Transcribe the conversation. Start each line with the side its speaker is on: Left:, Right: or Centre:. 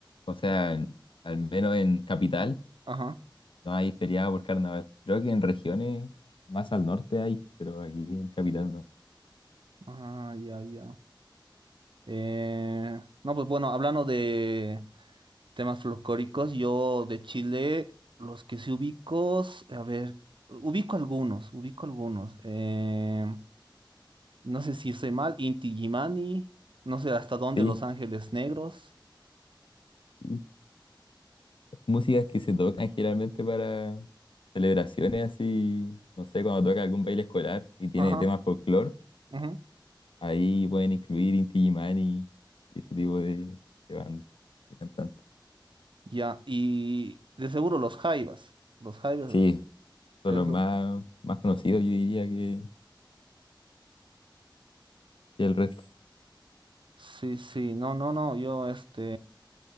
Left: o sea, al menos en Capital.
Right: Ajá.
Left: No hay feriado por carnaval. Creo que en regiones más al norte hay, pero aquí en capital no.
Right: Ah, ya, ya. Eh, no, pues bueno, hablando de temas folclóricos, yo de Chile, los que sí ubico, a ver, ubico algunos, ubico algunos. Eh, no sé si estoy mal, Inti Gimani, no sé hasta dónde
Left: Sí,
Right: Los Ángeles Negros.
Left: sí. Músicas que se tocan generalmente para celebraciones así, no sé, cuando toca algún baile escolar y tiene
Right: Ajá,
Left: temas folclore,
Right: ujú,
Left: ahí pueden incluir Inti Illimani y ese tipo de, de bandas, de cantantes.
Right: ya, y de seguro los Jaivas, los Jaivas,
Left: Sí, son
Right: eso.
Left: los más, más conocidos, yo diría, que, que el resto.
Right: Sí, sí, no, no, no, yo este...